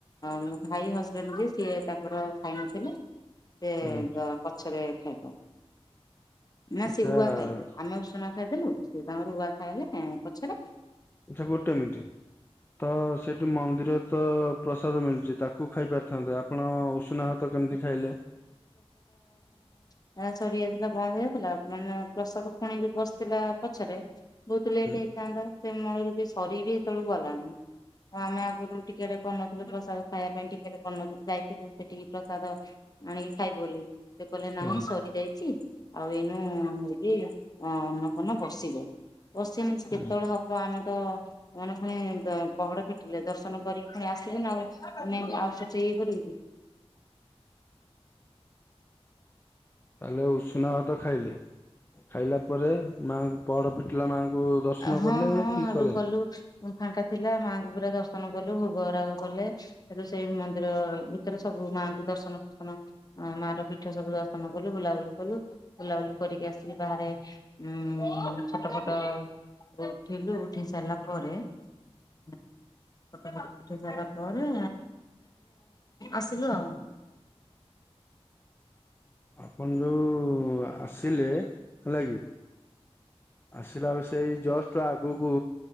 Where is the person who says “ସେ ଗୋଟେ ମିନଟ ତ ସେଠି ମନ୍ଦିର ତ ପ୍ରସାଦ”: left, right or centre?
Left